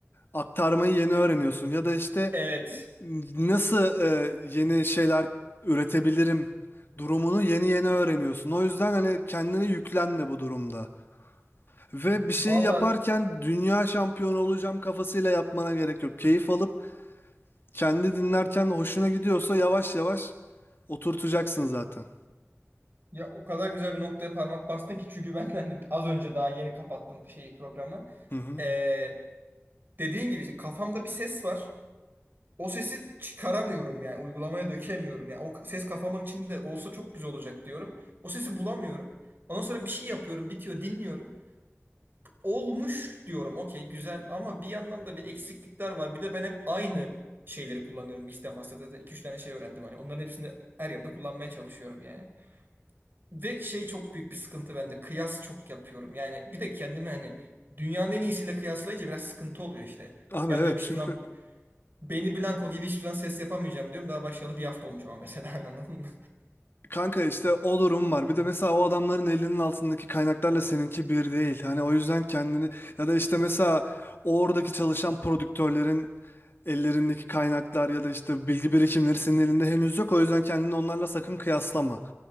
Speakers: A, on the left; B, on the right.
A: aktarmayı yeni öğreniyorsun. Ya da işte
B: Evet.
A: nasıl e, yeni şeyler üretebilirim durumunu yeni yeni öğreniyorsun. O yüzden hani kendine yüklenme bu durumda. Ve bir şey
B: Valla
A: yaparken dünya şampiyonu olacağım kafasıyla yapmana gerek yok. Keyif alıp kendi dinlerken hoşuna gidiyorsa yavaş yavaş oturtacaksın zaten.
B: Ya o kadar güzel bir noktaya parmak bastın ki çünkü ben hani az önce daha yeni kapattım şeyi programı.
A: Hı hı.
B: Ee, dediğin gibi işte kafamda bir ses var. O sesi çıkaramıyorum yani uygulamaya dökemiyorum yani. O ses kafamın içinde olsa çok güzel olacak diyorum. O sesi bulamıyorum. Ondan sonra bir şey yapıyorum, bitiyor, dinliyorum. Olmuş diyorum. Okey güzel ama bir yandan da bir eksiklikler var. Bir de ben hep aynı şeyleri kullanıyorum. Mixed Master'da iki üç tane şey öğrendim hani. Onların hepsini her yerde kullanmaya çalışıyorum yani. Ve şey çok büyük bir sıkıntı bende. Kıyas çok yapıyorum. Yani bir de kendimi hani dünyanın en iyisiyle kıyaslayınca biraz sıkıntı oluyor işte.
A: Abi
B: Ya
A: evet
B: diyorum hiçbir
A: çünkü
B: zaman Benny Blanco gibi hiçbir zaman ses yapamayacağım diyorum. Daha başlayalı bir hafta olmuş ama mesela <laughs> anladın mı?
A: Kanka işte o durum var. Bir de mesela o adamların elinin altındaki kaynaklarla seninki bir değil. Hani o yüzden kendini ya da işte mesela oradaki çalışan prodüktörlerin ellerindeki kaynaklar ya da işte bilgi birikimleri senin elinde henüz yok. O yüzden kendini onlarla sakın kıyaslama.